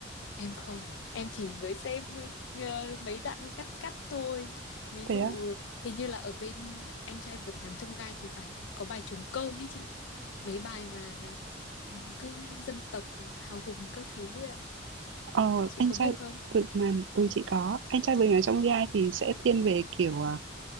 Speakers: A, on the left; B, on the right.
A: em không, em chỉ mới xem ờ, mấy đoạn cắt cắt thôi. Ví
B: Thế
A: dụ hình như là ở bên anh trai vượt ngàn chông gai thì phải có bài trống cơm ý chị. Mấy bài mà ừ, cứ dân tộc hào hùng các thứ ấy ạ.
B: Ờ,
A: Chị
B: anh
A: có
B: trai
A: biết không?
B: vượt ngàn ừ, chị có. Anh trai vượt ngàn trong vi ai thì sẽ thiên về kiểu à,